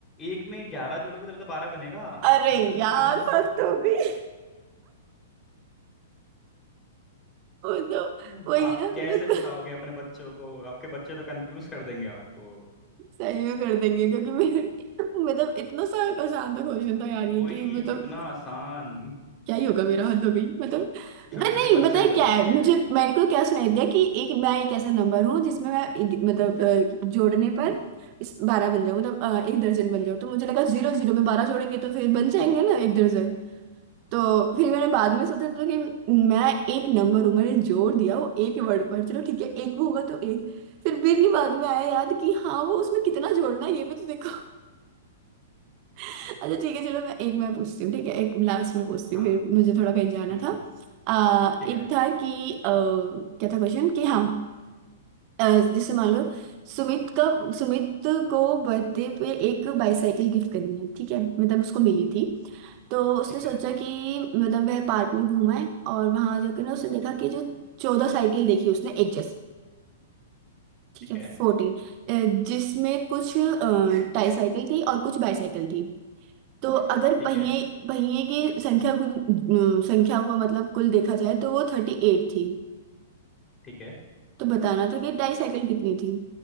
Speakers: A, on the left; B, on the right.
A: एक में ग्यारह जोड़ोगे तभी तो बारह बनेगा
B: अरे
A: इतना
B: यार
A: कि
B: हद हो गई वो तो
A: <laughs>
B: वही
A: आप
B: है ना ये
A: कैसे
B: तो
A: बताओगे
B: तो
A: अपने बच्चों को आपके बच्चे तो कंफ्यूज कर देंगे आपको
B: सही में कर देंगे क्योंकि मेरे मतलब इतना सा आसान था क्वेश्चन था यार ये
A: वही
B: कि मतलब
A: इतना आसान
B: क्या ही होगा मेरा हद हो गई मतलब
A: छोटे
B: मैं
A: छोटे
B: नहीं
A: बच्चे
B: पता
A: ही
B: है
A: बता
B: क्या है
A: देंगे
B: मुझे
A: ये तो
B: मेरे को क्या सुनाई दिया कि एक मैं एक ऐसा नंबर हूँ जिसमें मैं एक- मतलब अ, जोड़ने पर इस बारह बन जाऊँ मतलब अ, एक दर्जन बन जाऊँ तो मुझे लगा जीरो जीरो में बारह जोड़ेंगे तो फिर बन जाएंगे ना एक दर्जन तो फिर मैंने बाद में सोचा तो कि मैं एक नंबर हूँ मैंने जोड़ दिया वो एक वर्ड पर चलो ठीक है एक होगा तो एक फिर भी नहीं बाद में आया याद कि हाँ वो उसमें कितना जोड़ना है ये भी तो देखो <laughs> अच्छा ठीक है चलो मैं एक मैं पूछती हूँ ठीक है एक लास्ट में पूछती
A: हाँ
B: हूँ फिर मुझे थोड़ा कहीं जाना
A: हम्म
B: था
A: हम्म
B: आ,
A: ठीक
B: एक
A: है
B: था कि अ, क्या था क्वेश्चन कि हाँ अ, जैसे मान लो सुमित का सुमित को बर्थडे पे एक बाईसाइकिल गिफ्ट करनी है ठीक है मतलब उसको मिली थी तो उसने
A: ठीक
B: सोचा
A: है
B: कि मतलब वह पार्क में घूमा है और वहां जाकर ना उसने देखा कि जो चौदह साइकिल देखी उसने एक जैसी ठीक
A: ठीक
B: है
A: है
B: फोर्टीन जिसमें कुछ टाई साइकिल थी और कुछ बाईसाइकिल थी तो अगर
A: ठीक
B: पहिए
A: है
B: पहिए की संख्या को- संख्या को मतलब कुल देखा जाए तो वो थर्टी एट थी
A: ठीक है
B: तो बताना था कि डाईसाइकिल कितनी थी